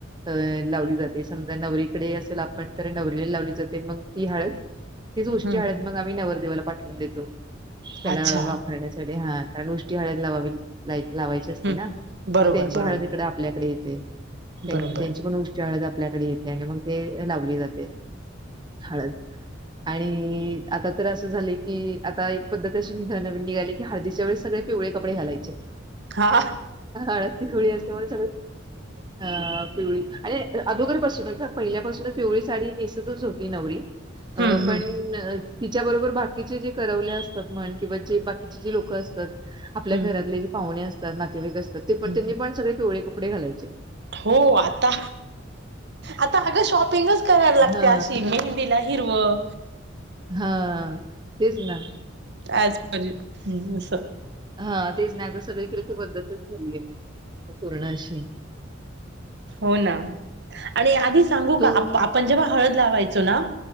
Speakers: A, on the right; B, on the right.
A: अ लावली जाते समजा नवरीकडे असेल आपण तर नवरीला लावली जाते मग ती हळद तीच उष्टी
B: हं
A: हळद मग आम्ही नवरदेवाला पाठवून देतो त्याला
B: अच्छा
A: वा करण्यासाठी ह कारण उष्टी हळद ला लावायची असते
B: हं
A: ना
B: बरोबर
A: मग त्यांची
B: बरोबर
A: हळद इकड आपल्याकडे येते
B: बरोबर
A: त्यांची पण उष्टी हळद आपल्याकडे येते. आणि मग ते लावली जाते हाळद. आणि आता तर असं झाले की आता एक पद्धत अशी निघ नवीन निघाली की हळदीच्या वेळेस सगळे. पिवळे कपडे घालायचे
B: हा
A: हळद पिवळी असते सगळे अ पिवळी आणि अगोदरपासूनच पहिल्यापासूनच पिवळी साडी नेसतच होती नवरी.
B: हम्म
A: अ
B: हम्म
A: पणं तिच्यां बरोबर बाकीचे जे करवले असतांत म्हंण किंवा जे बाकीचे जे लोकं असतांत आपल्या
B: हम्म
A: घरांतले जे पाहुणे असतांत नातेवाईक असतांत ते पणं
B: हम्म
A: त्यांनी पणं सगळे पिवळे कपडे घालांयचे
B: हो आंता आंता अगं शॉपिंगच करांयला लागते
A: हा
B: अशी मेहंदीला हिरवं
A: हां तेचं नां
B: आंजप हम्मं तसं
A: हां तेचं नाहीं आंता सगळीकडेच त पद्धतचं झाली आहे पुरणांची
B: हो नां आणि आंधी सांगू
A: तू
B: कां आपणं जेंव्हा हळंद लावायचो नां